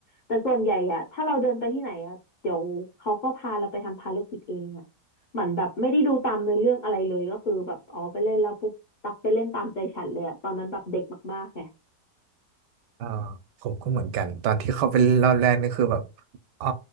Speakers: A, on the left; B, on the right.
A: แต่ส่วนใหญ่อะถ้าเราเดินไปที่ไหนอะเดี๋ยวเขาก็พาเราไปทำภารกิจเองอะเหมือนแบบไม่ได้ดูตามเนื้อเรื่องอะไรเลยก็คือแบบอ๋อไปเล่นแล้วปุ๊บตักไปเล่นตามใจฉันเลยอะตอนนั้นแบบเด็กมากๆไง
B: อ่าผมก็เหมือนกันตอนที่เข้าไปเล่นรอบแรกนี่คือแบบอ๋อ